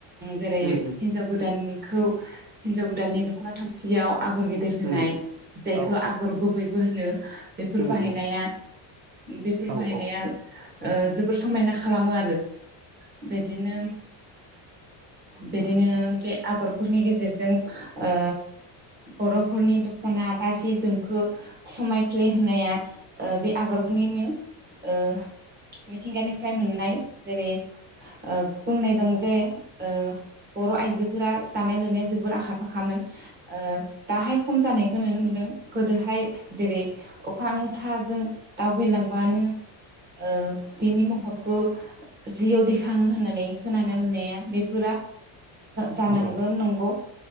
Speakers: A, on the right; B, on the right.
A: जेरै
B: उम उम
A: हिनजाव गोदान खौ हिनजाव गोदाननि दख'ना थावसियाव आगर गेदेर होनाय
B: उम
A: जायखौ
B: औ औ
A: आगर गुबै होनो बेफोर
B: उम
A: बाहायनाया
B: उम
A: बेफोर
B: औ उम औ
A: बाहायनाया
B: औ
A: जोबोर समायना खालामो आरो बिदिनो बिदिनो बे आगरफोरनि गेजेरजों ओ बर'फोरनि दख'ना बा जि जोमखो समायफ्ले होनाया ओ बे आगरफोरनिनो ओ मिथिंगानिफ्राय मोननाय जेरै ओ बुंनाय दं दे ओ बर' आइजोफोरा दानाय लुनाया जोबोर आखा फाखामोन ओ दाहाय खम जानायखौ नुनो मोन्दों। गोदोहाय जेरै अख्रां साजों दाव बिरलांबानो ओ बिनि महरखौ जियाव दैखाङो होननानै खोनानो मोननाया बे ओ जानो हांगोन
B: उम
A: नंगौ